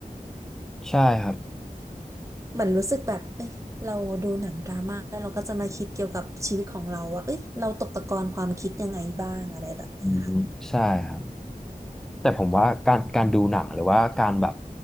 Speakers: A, in the centre; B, on the right (about 20°).
A: ใช่ครับ
B: <laughs> เหมือนรู้สึกแบบเอ้ยเราดูหนังดราม่าแล้วเราก็จะมาคิดเกี่ยวกับชีวิตของเราว่าเอ้ยเราตกตะกอนความคิดยังไงบ้างอะไรแบบเนี้ยค่ะ
A: อืมใช่ครับ แต่ผมว่าการการดูหนังหรือว่าการแบบ